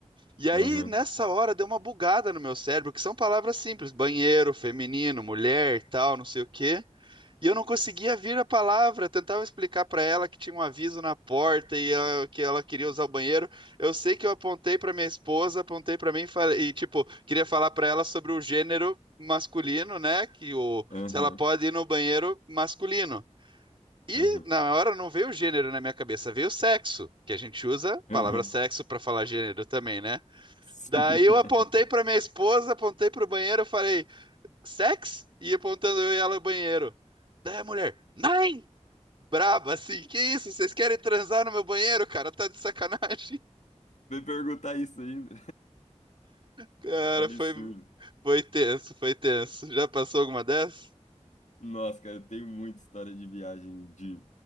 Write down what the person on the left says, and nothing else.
Aham,
aham,
aham,
aham.
Sim.
<laughs>
Vai perguntar isso ainda.
Absurdo.
Nossa, cara, eu tenho muita história de viagem de.